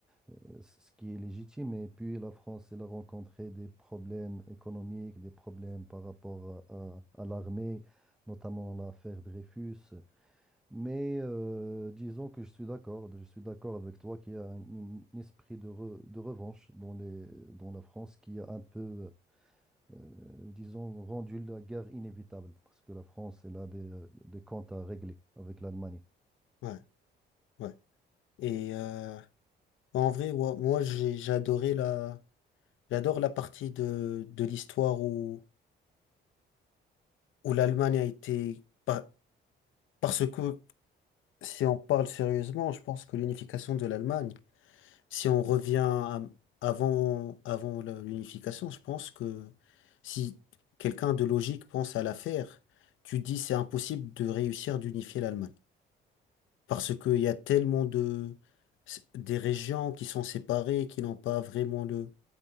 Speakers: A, in the centre; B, on the left.
A: euh, ce qui est légitime. Et puis la France, elle a rencontré des problèmes économiques, des problèmes par rapport à, à- à l'armée, notamment l'affaire Dreyfus. Mais euh, disons que je suis d'accord, je suis d'accord avec toi qu'il y a un, un esprit de, re- de revanche dans les, dans la France qui a un peu... euh, disons, rendu la guerre inévitable, parce que la France, elle a des, des comptes à régler avec l'Allemagne.
B: Ouais, ouais. Et euh, en vrai, ouais, moi, j'ai j'ai adoré la, j'adore la partie de, de l'histoire où, où l'Allemagne a été. par- Parce que si on parle sérieusement, je pense que l'unification de l'Allemagne. Si on revient à- avant, avant la- l'unification, je pense que si quelqu'un de logique pense à l'affaire, tu dis c'est impossible de réussir d'unifier l'Allemagne. Parce qu'il y a tellement de, des régions qui sont séparées, qui n'ont pas vraiment le,